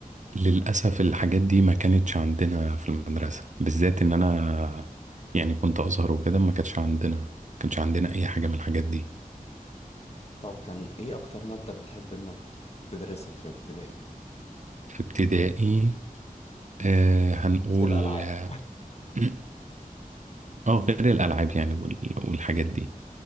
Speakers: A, on the right (about 55°); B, on the left (about 45°).
A: للأسف الحاجات دي ما كانتش عندنا في المدرسة بالذات إن أنا يعني كنت أزهر وكده ما كانتش عندنا ما كانش عندنا أي حاجة من الحاجات دي
B: طب كان ايه اكتر ماده بتحب انك تدرسها في ابتدائي
A: في ابتدائي آه هنقول
B: اكيد الالعاب
A: <clears throat> اه غير الألعاب يعني وال- والحاجات دي